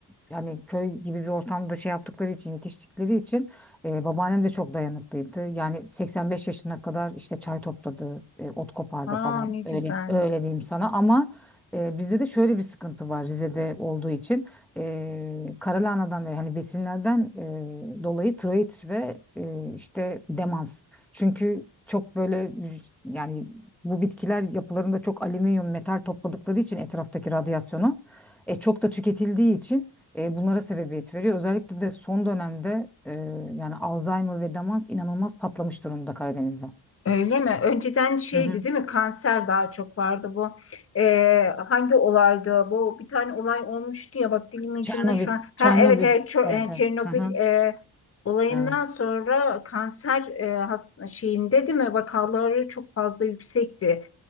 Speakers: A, in the centre; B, on the left.
A: yani köy gibi bir ortamda şey yaptıkları için yetiştikleri için e, babaannem de çok dayanıklıydı. Yani 85 yaşına kadar işte çay topladı, e, ot kopardı
B: aa,
A: falan.
B: ne
A: Öyle
B: güzel.
A: öyle diyeyim sana ama e, bizde de şöyle bir sıkıntı var Rize'de olduğu için. E, karalahana'dan ve hani besinlerden e, dolayı tiroid ve e, işte demans. Çünkü çok böyle vüc- yani bu bitkiler yapılarında çok alüminyum metal topladıkları için etraftaki radyasyonu e, çok da tüketildiği için e, bunlara sebebiyet veriyor. Özellikle de son dönemde e, yani Alzheimer ve demans inanılmaz patlamış durumda Karadeniz'de.
B: Öyle mi? Önceden şeydi
A: Hı hı.
B: değil mi? Kanser daha çok vardı bu. Ee, hangi olaydı? Bu bir tane olay olmuştu ya bak dilimin ucunda
A: Çernobil,
B: şu an. Ha
A: Çernobil.
B: evet evet Ço-
A: Evet,
B: e,
A: evet.
B: Çernobil
A: Hı hı.
B: e, olayından
A: Evet.
B: sonra kanser e, has- şeyinde değil mi? Vakaları çok fazla yüksekti.